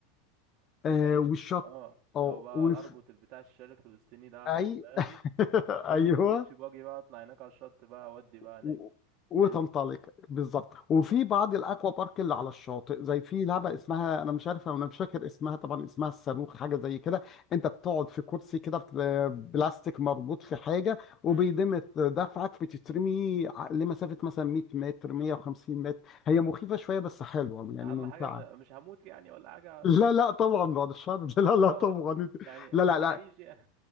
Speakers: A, on the right; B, on the left.
A: سفاري
B: آه والشط
A: اه
B: اه
A: لو بقى
B: وفي
A: اربط البتاع الشال الفلسطيني ده على
B: اي
A: دماغي
B: <laughs>
A: وادي
B: ايوه
A: بالبيتش باجي بقى اطلع هناك على الشط بقى اودي بقى هناك
B: و- وتنطلق
A: حلو
B: بالظبط وفي بعض الاكوا بارك اللي على الشاطئ زي في لعبه اسمها انا مش عارف انا مش فاكر اسمها طبعا اسمها الصاروخ حاجه زي كده انت بتقعد في كرسي كده في بلاستيك مربوط في حاجه وبيدمة
A: امم
B: دفعك بتترمي ع- لمسافه مثلا 100 متر 150 متر هي مخيفه شويه بس حلوه يعني
A: اهم
B: ممتعه
A: حاجة م- مش هموت يعني ولا حاجة
B: لا لا طبعا بعد الشر <laughs> لا لا
A: اه
B: طبعا
A: يعني
B: لا لا
A: هعيش
B: لا
A: يعني